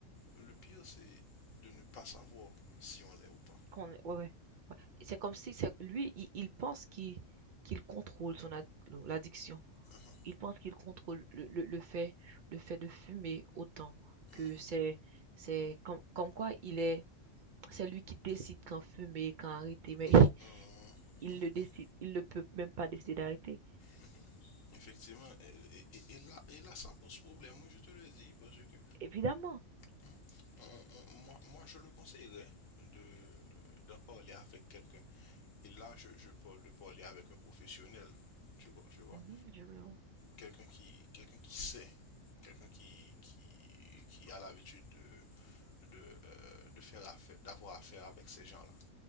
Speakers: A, on the left; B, on the right.
A: Le pire, c'est de ne pas savoir si on l'est ou pas.
B: Qu'on- ouais, ouais, ouais. C'est comme si c'est, lui, il, il pense qu'il, qu'il contrôle son ad- l'addiction.
A: Mhm.
B: Il pense qu'il contrôle le, le, le fait, le fait de fumer autant que
A: Mhm,
B: c'est, c'est comme, comme quoi il est, c'est lui qui décide quand fumer, quand arrêter, mais
A: mhm,
B: <laughs>
A: mhm,
B: il
A: mhm.
B: le décide, il ne peut même pas décider d'arrêter.
A: mhm. Effectivement, et, et- et là, et là, ça pose problème, moi je te le dis, parce que
B: Évidemment.
A: mhm, on- on- moi, moi je le conseillerais de, d'en parler avec quelqu'un. Et là, je, je parle de parler avec un professionnel, tu, vois, tu vois.
B: Mhm, je le vois.
A: quelqu'un qui, quelqu'un qui sait, quelqu'un qui, qui, qui a l'habitude de, de, euh, de faire affaire, d'avoir affaire avec ces gens-là.